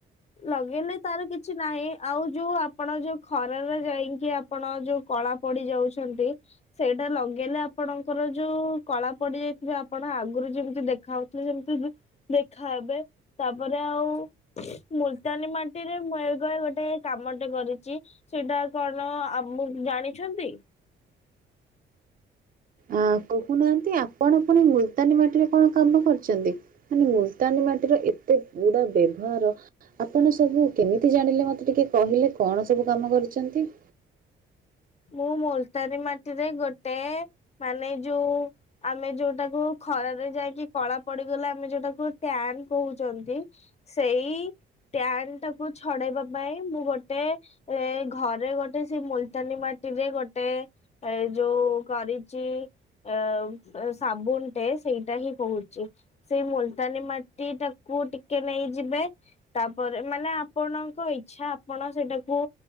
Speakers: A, on the left; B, on the right.
A: ଲଗେଇଲେ ତାର କିଛି ନାହିଁ, ଆଉ ଯୋଉ ଆପଣ ଯୋଉ ଖରାରେ ଯାଇ କି ଆପଣ ଯୋଉ କଳା ପଡି ଯାଉଛନ୍ତି? ସେଇଟା ଲଗେଇଲେ ଆପଣଙ୍କର ଯୋଉ କଳା ପଡିଯାଇଥିବ ଆପଣ ଆଗରୁ ଯେମିତି ଦେଖାଯାଉ ଯେମତି ଦେଖାହେବେ। ତାପରେ ଆଉ, ମୁଲତାନୀ ମାଟିରେ ମୁଁ ଏବେ ଗୋଟେ କାମଟେ କରିଛି। ସେଇଟା କଣ ଆମ ଜାଣିଛନ୍ତି?
B: ଆ କହୁନାହାନ୍ତି ଆପଣ ପୁଣି ମୁଲତାନୀ ମାଟିରେ କଣ କାମ କରୁଛନ୍ତି? ମାନେ ମୁଲତାନୀ ମାଟିର ଏତେ ଗୁଡ ବ୍ୟବହାର ଆପଣ ସବୁ କେମିତି ଜାଣିଲେ ମତେ ଟିକେ କହିଲେ କଣ ସବୁ କାମ କରିଛନ୍ତି?
A: ମୁଁ ମୁଲତାନି ମାଟିରେ ଗୋଟେ, ମାନେ ଯୋଉ ଆମେ ଯୋଉଟାକୁ ଖରାରେ ଯାଇକି କଳା ପଡିଗଲେ ଆମେ ଯୋଉଟାକୁ ଟ୍ୟାନ କହୁଛନ୍ତି ସେଇ ଟ୍ୟାନ ଟାକୁୁ ଛଡେଇବା ପାଇଁ ମୁଁ ଗୋଟେ ଏ ଘରେ ଗୋଟେ ସେ ମୁଲତାନୀ ମା ରେ ଗୋଟେ ଏ ଯୋଉ କରିଛି। ଅ ସାବୁନ ଟେ ସେଇଟା ହିଁ କହୁଛି। ସେଇ ମୁଲତାନୀ ମାଟି ଟାକୁ ଟିକେ ନେଇଯିବେ ତାପରେ ମାନେ ଆପଣଙ୍କ ଇଛା ଆପଣ ସେଇଟାକୁ